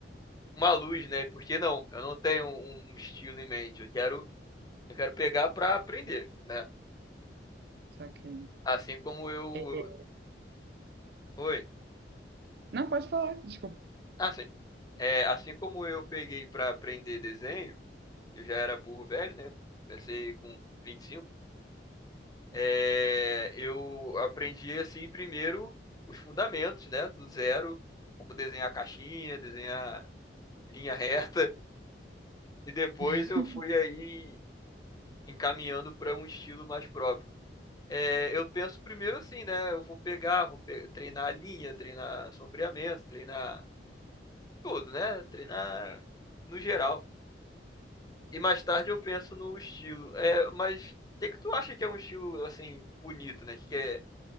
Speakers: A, on the left (about 20°); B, on the right (about 60°).
A: uma luz, né? Porque não, eu não tenho um um estilo em mente. Eu quero, eu quero pegar para aprender, né?
B: Saquei.
A: Assim como eu,
B: É,
A: oi,
B: Não, pode falar, desculpa.
A: assim, é, assim como eu peguei para aprender desenho, que eu já era burro velho, né? Comecei com 25. É, eu aprendi assim primeiro os fundamentos, né? Do zero como desenhar caixinha, desenhar linha reta, e depois
B: <laughs>
A: eu fui aí encaminhando para um estilo mais próprio. É, eu penso primeiro assim, né? Eu vou pegar, vou pe- treinar a linha, treinar sombreamento, treinar tudo, né? Treinar no geral. E mais tarde eu penso no estilo. É, mas o que que tu acha que é um estilo assim bonito, né? Que é